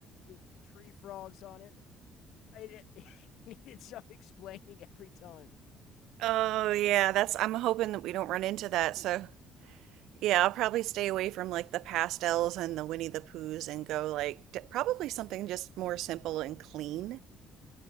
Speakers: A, on the left (about 65°); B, on the right (about 75°).
A: with tree frogs on it. I <laughs> needed some explaining every time.
B: Oh yeah, that's I'm hoping that we don't run into that. So Yeah, I'll probably stay away from like the pastels and the Winnie the Poohs and go like d probably something just more simple and clean.